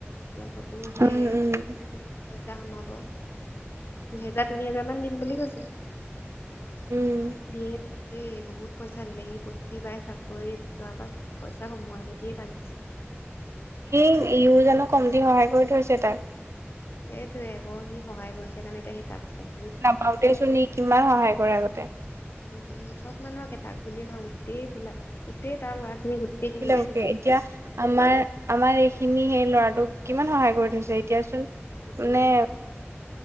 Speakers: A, on the left (about 55°); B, on the right (about 80°).
A: ল'গৰটোৰ সেই
B: উম
A: পইচা সোমাব। দুহেজাৰ তিনি হেজাৰ মান দিম বুলি কৈছে,
B: উম
A: দিয়ে দেই বহুত পইচা দিলে সি প প্ৰতি বাৰে চাকৰিত যোৱা পা পইচা সোমোৱা প্ৰতিয়ে তাক দিছিল।
B: সেই ইউ জানো ক'মতি সহায় কৰি থৈছে তাক।
A: সেইটোয়ে আকৌ সি সহায় কৰিছে কাৰণে এতিয়া সি তাক চাইছে ন'।
B: পাওঁতে চোন ই কিমান সহায় কৰে আগতে।
A: উম, চব মানুহকে তাক বুলি নহয় গোটেই ফোলা গোটেই তাৰ ল'ৰাখিনি গোটেইখিনিকে
B: এইবিলাককে
A: দিছে।
B: এতিয়া আমাৰ, আমাৰ এইখিনি সেই ল'ৰাটোক কিমান সহায় কৰি থৈছে এতিয়াচোন
A: উম
B: মানে